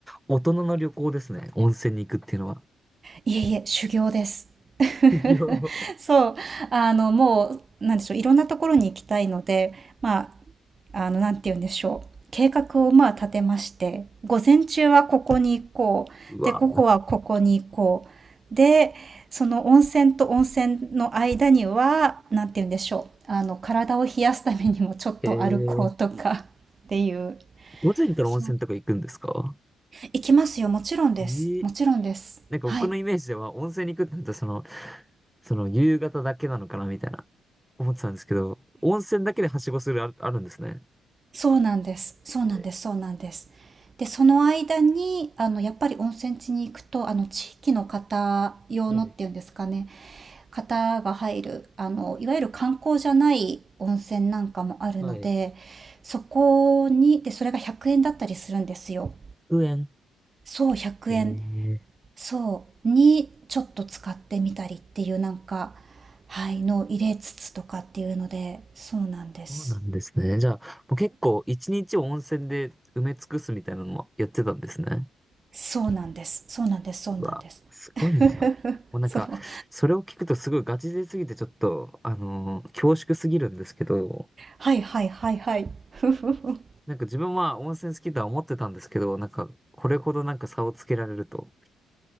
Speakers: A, in the centre; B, on the right.
A: 大人の旅行ですね。温泉に行くっていうのは。
B: いえいえ、修行です。<laughs>
A: <laughs> いや、はい。
B: そう、あの、もう、なんでしょう、いろんなところに行きたいので、まあ、あの、なんて言うんでしょう。計画をまあ立てまして、午前中はここに行こう。
A: うわ
B: で、午後はここに行こう。で、その温泉と温泉の間には、なんて言うんでしょう。あの、体を冷やすためにもちょっと歩こうとか
A: へえ。
B: っていう。
A: 午前から温泉とか行くんですか
B: そう行きますよ。もちろんです。
A: ええ
B: もちろんです。
A: なんか僕のイメージでは温泉に行くってなるとその、
B: はい。
A: その夕方だけなのかなみたいな思ってたんですけど、温泉だけではしごするあ、あるんですね。
B: そうなんです。そうなんですそうなんです。
A: え
B: で、その間に、あの、やっぱり温泉地に行くと、あの、地域の方用のっていうんですかね、
A: ーはい、
B: 方が入る、あの、いわゆる観光じゃない温泉なんかもあるので、
A: はい。
B: そこに、で、それが100円だったりするんですよ。
A: うえん。
B: そう、100円。
A: えー、
B: そう、に、ちょっと使ってみたりっていうなんか、はい、のを入れつつとかっていうので、そうなんです。
A: そうなんですね。じゃあ、もう結構一日を温泉で埋め尽くすみたいなのもやってたんですね。
B: そうなんです。そうなんです。そうなんです。
A: うわ、すごいな。
B: <laughs>
A: もうなんか、
B: そう。
A: それを聞くとすごいガチ勢すぎてちょっと、あのー恐縮すぎるんですけど、
B: はいはいはいはい。<laughs> ふふふ
A: なんか自分は温泉好きとは思ってたんですけど、なんか、これほどなんか差をつけられると、